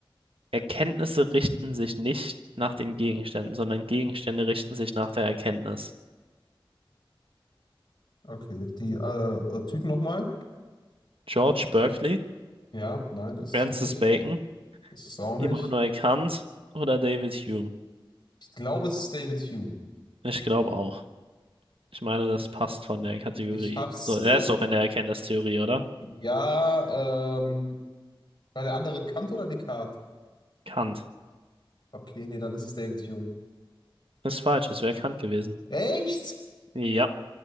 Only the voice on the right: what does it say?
Erkenntnisse richten sich nicht nach den Gegenständen, sondern Gegenstände richten sich nach der Erkenntnis.
George Berkeley,
Francis
Bacon,
Immanuel Kant oder David Hume.
Ich glaube auch. Ich meine, das passt von der Kategorie.
So, er
ist doch in der Erkenntnistheorie, oder?
Kant.
ist falsch, es wäre Kant gewesen.
Ja,